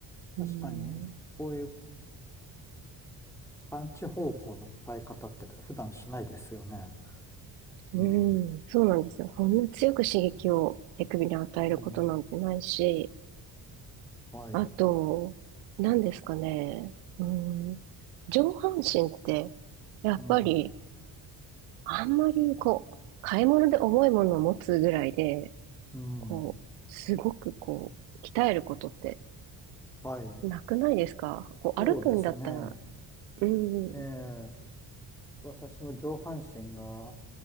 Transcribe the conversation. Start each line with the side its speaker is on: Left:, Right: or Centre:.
Centre: 確かに、
Right: うん、
Centre: こういう、探知方向の伝え方って普段しないですよね。うん。
Right: うん、そうなんですよ。そんな強く刺激を手首に与えることなんてないし、
Centre: うん。はい。
Right: あと、何ですかね。うん、上半身って、やっぱり、
Centre: うん。
Right: あんまり、こう、買い物で重いものを持つぐらいで、
Centre: うん。
Right: こう、すごく、こう、鍛えることって
Centre: はい。
Right: なくないですかこう、
Centre: そうですね。
Right: 歩くんだったら、うん、
Centre: ええ、私も上半身が